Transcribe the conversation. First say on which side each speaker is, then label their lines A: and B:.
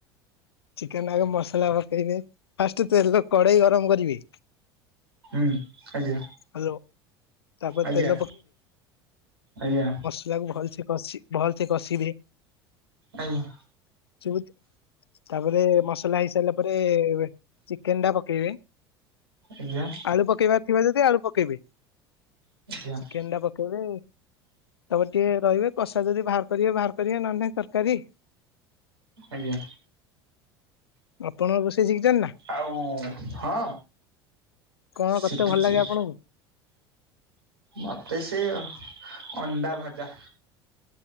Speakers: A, on the left; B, on the right.
A: ଚିକେନ୍ ଆଗ ମସଲା ପକେଇବେ। ଫାଷ୍ଟ ତେଲ କଡେଇ ଗରମ କରିବେ।
B: ହୁଁ, ଆଜ୍ଞା,
A: ହ୍ୟାଲୋ ତାପରେ
B: ଆଜ୍ଞା।
A: ତେଲ
B: ଆଜ୍ଞା।
A: ଯେ ତାକୁ ଭଲସେ କଷି ଭଲସେ କଷିବେ।
B: ଆଜ୍ଞା।
A: <unintelligible> ତାପରେ ମସଲା ହେଇସାରିଲା ପରେ ଚିକେନ୍ ଟା ପକେଇବେ।
B: ଆଜ୍ଞା।
A: ଆଳୁ ପକେଇବାର ଥିବା ଯଦି ଆଳୁ ପକେଇବେ,
B: ଆଜ୍ଞା
A: ଚିକେନ୍ ଟା ପକେଇବେ। ତାପରେ ଟିକେ ରହିବେ କଷା ଯଦି ବାହାର କରିବେ ବାହାର କରିବେ ନହେନେ ତରକାରୀ।
B: ଆଜ୍ଞା।
A: ଆପଣ ରୋଷେଇ ଶିକିଚନି ନା?
B: ଆଉ ହଁ
A: କଣ
B: ଶିକିଚି।
A: କରତେ ଭଲ ଲାଗେ ଆପଣଙ୍କୁ?
B: ମୋତେ ସେ ଅଣ୍ଡା ଭଜା।